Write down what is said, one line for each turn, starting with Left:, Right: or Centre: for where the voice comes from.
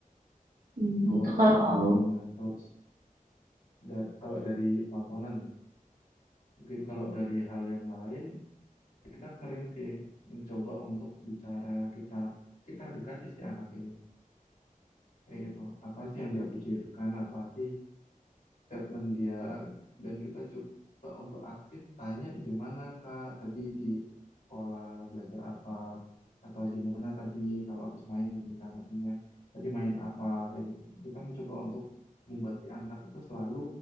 Right: Hmm,
Left: Itu
Right: itu kalau
Left: salah satunya. Terus da- kalau dari tontonan ya, mungkin kalau dari hal yang lain kita sering sih mencoba untuk bicara kita kita dekati si anak ini kayak gitu. Apa sih yang dia pikirkan? Apa sih statement dia dan kita coba untuk aktif tanya gimana Kak tadi di sekolah belajar apa atau gimana tadi kalau habis main gitu misalnya sama temennya tadi main apa kayak gitu kita mencoba untuk membuat si anak itu selalu